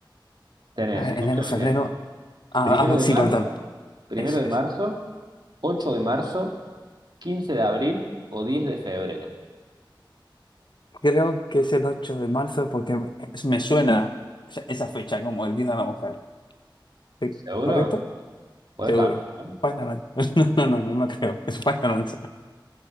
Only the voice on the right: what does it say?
Tenés
opciones,
¿eh?
Primero
de
marzo,
primero
de
marzo, 8 de marzo, quince de abril o diez de febrero.
¿Seguro?
¿Puedes
cambiar? ¿eh?